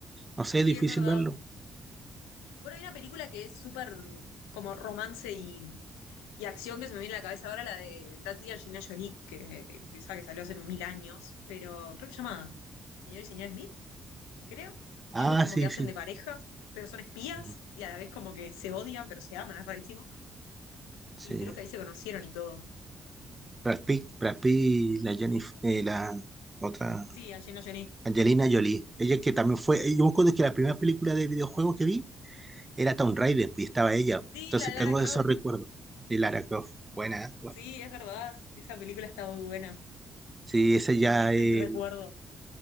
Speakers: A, on the right; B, on the left.
A: No sé,
B: Sí,
A: es difícil
B: es verdad.
A: verlo.
B: Bueno, hay una película que es súper como romance y, y acción que se me viene a la cabeza ahora, la de Tati y Angelina Jolie, que, que esa que salió hace mil años, pero creo que se llama Señor y Señora Smith, creo,
A: Ah,
B: que ellos como
A: sí,
B: que hacen
A: sí.
B: de pareja, pero son espías
A: Mm,
B: y a la vez como que se odian, pero se aman, es rarísimo.
A: Sí.
B: Y creo que ahí se conocieron y todo.
A: Brad Pitt, Brad Pitt, la Jennifer, eh, la otra,
B: Sí, Angelina Jolie,
A: Angelina Jolie. Ella que también fue,
B: sí.
A: yo me acuerdo que la primera película de videojuego que vi era Tomb Raider y estaba ella.
B: Sí,
A: Entonces
B: la de Lara
A: tengo
B: Croft,
A: esos recuerdos de Lara Croft. Buena, ¿eh? Bueno,
B: sí, es verdad, esa película está muy buena,
A: Sí, esa ya
B: al menos
A: es
B: es mi recuerdo.